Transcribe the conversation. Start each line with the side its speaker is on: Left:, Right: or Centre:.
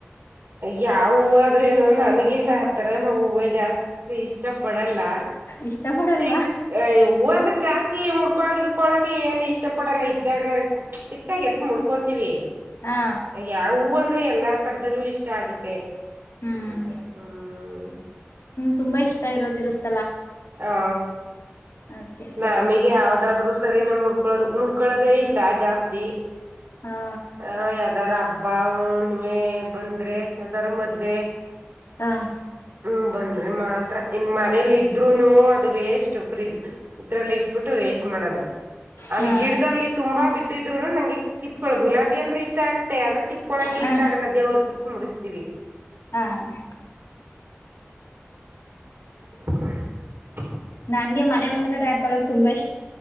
Right: ಯಾವ್ ಹೂವ ಆದ್ರೇನು ನನ್ಗೇನ ಆತರ ನಾ ಹೂವ ಜಾಸ್ತಿ ಇಷ್ಟ ಪಡಲ್ಲ
Left: ಇಷ್ಟ ಪಡಲ್ವಾ
Right: ಸಿ ಹೂವ ಅಂದ್ರೆ ಜಾಸ್ತಿ ಮುಡ್ಕೊಳಕ್ ಹಿಡ್ಕೊಳಕ ಏನ್ ಇಷ್ಟ ಪಡಲ್ಲ ಇದ್ದಾಗ ಸಿಕ್ತಾಗ ಎತ್ ಮುಡ್ಕೊಂತೀವಿ.
Left: ಹಾ
Right: ಯಾ ಹೂ ಅಂದ್ರೆ ಎಲ್ಲಾ ತರದಲ್ಲೂ ಇಷ್ಟ ಆಗುತ್ತೆ
Left: ಹ್ಮ್
Right: ಏನ್ ಮಾಡ್ತೀರಾ ಹ್ಮ್
Left: ತುಂಬ ಇಷ್ಟ ಇರೋದಿರುತ್
Right: ಹಾ
Left: ಅದಕ್ಕೆ ಕೇಳ್ದೆ
Right: ನಾಮಿಗೆ ಯಾವ್ದಾದ್ರು ಸರಿನೇ ಮುಡ್ಕೊಳ್ಳದು ಮುಡ್ಕೊಳ್ಳದೇ ಇಲ್ಲ ಜಾಸ್ತಿ
Left: ಹಾ
Right: ಹಾ ಯಾದರ ಹಬ್ ಬ್ಬಾ ಹುಣ್ಣಿವೇ ಬಂದ್ರೆ ಯದಾರ ಮದ್ವೆ
Left: ಹಾ
Right: ಹ್ಮ ಬಂದ್ರೆ ಮಾತ್ರ ಇನ್ ಮನೇಲಿ ಇದ್ ದ್ರೂನು ಅದು ವೇಸ್ಟ್ ಫ್ರಿಜ್ ಇದ್ರಲ್ಲ ಇಟ್ಬಿಟ್ಟು ವೇಸ್ಟ್ ಮಾಡೋದೆ. ಅಲ್ಲಿ
Left: ಹಾ
Right: ಗಿಡ್ದಲ್ಲಿ ತುಂಬಾ ಬಿಟ್ಟಿದ್ರುನು ನಂಗೆ ಕಿತ್ಕೊಳ್ಳ ಗುಲಾಬಿ ಅಂದ್ರೆ ಇಷ್ಟ ಆಗತ್ತೆ ಆದ್ರೆ ಕಿತ್ಕೊಳಕೆ
Left: ಹಾ
Right: ಇಷ್ಟ ಆಗಲ್ಲ ದೇವ್ರ ಕಿತ್ ಮುಡಿಸ್ತೀವಿ.
Left: ಹಾ ಹ್ಮ್.
Right: <inaudible>
Left: ನಂಗೆ ಮನೆ ಮುಂದ್ಗಡೆ ಹಾಕಳಕ್ ತುಂಬಾ ಇಷ್